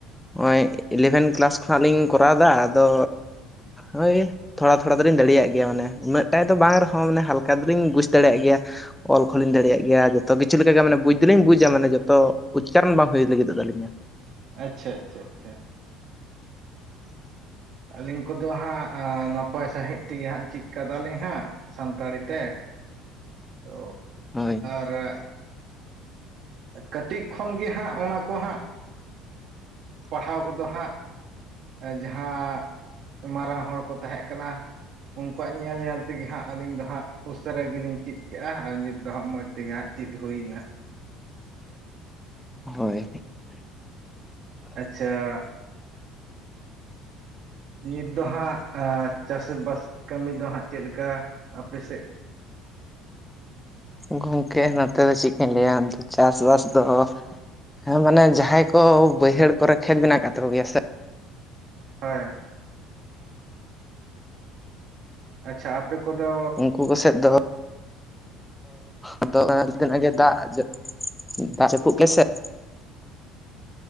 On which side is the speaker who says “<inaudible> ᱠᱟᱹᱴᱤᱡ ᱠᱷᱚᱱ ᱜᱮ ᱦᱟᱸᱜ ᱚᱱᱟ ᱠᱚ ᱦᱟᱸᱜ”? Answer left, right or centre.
Right